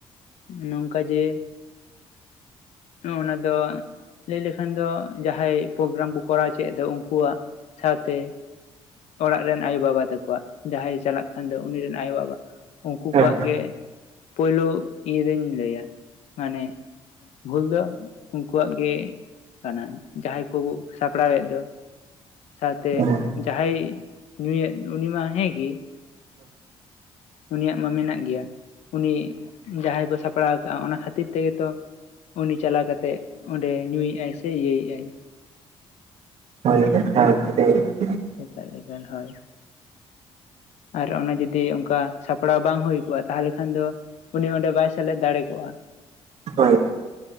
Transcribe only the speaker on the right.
ᱦᱮᱸ
ᱦᱮᱸ
ᱦᱳᱭ <unintelligible>
ᱦᱳᱭ